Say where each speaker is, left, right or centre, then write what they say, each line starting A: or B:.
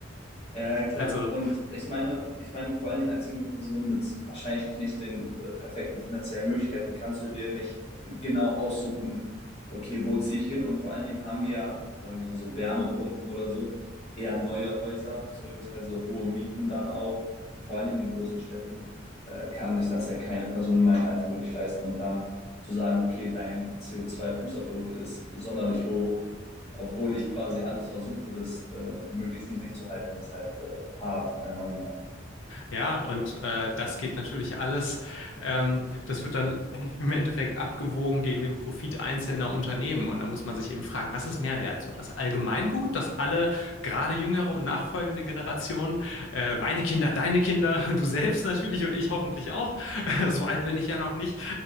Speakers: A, on the left; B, on the left.
A: Ja, ja, klar.
B: Also,
A: Und ich meine, ich meine vor allen Dingen als junge Person mit wahrscheinlich nicht den äh, perfekten finanziellen Möglichkeiten kannst du dir nicht äh, genau aussuchen, okay, wo ziehe ich hin? Und vor allen Dingen haben ja, sagen wir es mal so, Wärmepumpen oder so, eher neue Häuser, beziehungsweise hohe Mieten dann auch. Vor allen Dingen in großen Städten äh, kann sich das ja keine Person in meinem Alter wirklich leisten. Und dann zu sagen, okay, dein CO2-Fußabdruck ist sonderlich hoch obwohl ich quasi alles versuche, das äh, möglichst niedrig zu halten, ist halt äh, hart, meiner Meinung nach.
B: Ja, und äh, das geht natürlich alles. Ähm, das wird dann im Endeffekt abgewogen gegen den Profit einzelner Unternehmen. Und da muss man sich eben fragen, was ist Mehrwert? So das Allgemeingut, dass alle, gerade jüngere und nachfolgende Generationen, äh, meine Kinder, deine Kinder, <laughs> du selbst natürlich und ich hoffentlich auch, <laughs> so alt bin ich ja noch nicht,